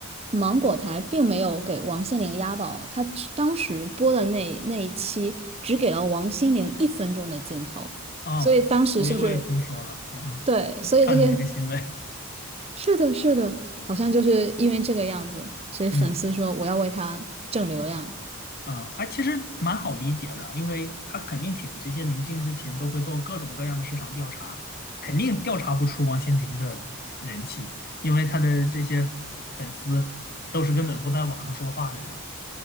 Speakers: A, on the right; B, on the left.
A: 芒果台并没有给王心凌压宝，他只当时播的那那一期只给了王心凌一分钟的镜头，
B: 哦，
A: 所以当时就是
B: 我也我也听说了啊，
A: 对，所以这些
B: <laughs> 看了这个新闻，
A: 是的，是的，好像就是因为这个样子，所以粉丝说我要为他挣流量。
B: 嗯。啊，哎，其实蛮好理解的，因为他肯定请这些明星之前都会做各种各样的市场调查，肯定调查不出王心凌的人气，因为他的这些粉丝都是根本不在网上说话的人。